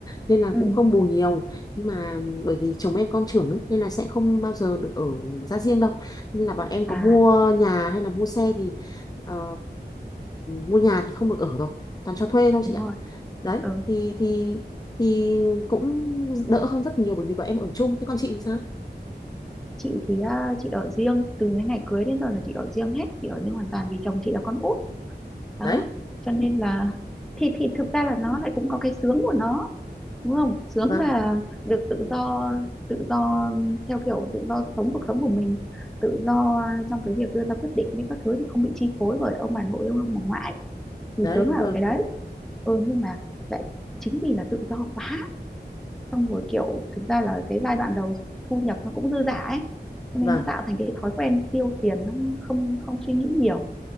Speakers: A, on the left; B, in the centre.
A: nên là
B: ừ.
A: cũng không bù nhiều nhưng mà bởi vì chồng em con trưởng ấy, nên là sẽ không bao giờ được ở ra riêng đâu nên là bọn em có
B: à
A: mua nhà hay là mua xe thì ờ, mua nhà thì không được ở rồi toàn cho thuê thôi
B: đúng
A: chị ạ
B: rồi
A: đấy
B: ừ.
A: thì thì thì cũng đỡ hơn rất nhiều bởi vì bọn em ở chung thế còn chị thì sao
B: chị thì à, chị ở riêng từ cái ngày cưới đến giờ là chị ở riêng hết chị ở riêng hoàn toàn vì chồng chị là con út đó
A: đấy
B: cho nên là thì thì thực ra là nó lại cũng có cái sướng của nó đúng không sướng
A: vâng
B: là được tự do tự do theo kiểu tự do sống cuộc sống của mình tự do trong cái việc đưa ra quyết định với các thứ thì không bị chi phối bởi ông bà nội ông bà ngoại thì
A: đấy
B: sướng
A: đúng
B: là
A: rồi
B: ở cái đấy ừ nhưng mà lại chính vì là tự do quá xong rồi kiểu thực ra là cái giai đoạn đầu thu nhập nó cũng dư dả ấy cho
A: vâng
B: nên nó tạo thành cái thói quen tiêu tiền nó không không suy nghĩ nhiều